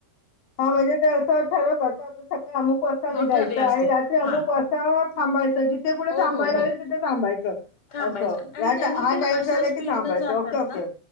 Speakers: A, on the left; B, on the left.
A: हो म्हणजे ते असं ठरवता <unintelligible> आम्हु पण तर निघायचं
B: हो ठरलं असते
A: आणि रात्री अमुक
B: हा
A: असा थांबायचं जिथे कुठे
B: हो
A: थांबायला
B: हो
A: होईल
B: हो
A: तिथे थांबायचं.
B: थांबायचं
A: असं या
B: आणि त्यांनी
A: टा- हा
B: त्या
A: टाइम
B: अशा
A: झाला
B: स्पीडन
A: की थांबायचं
B: जातात
A: ओके ओके
B: ना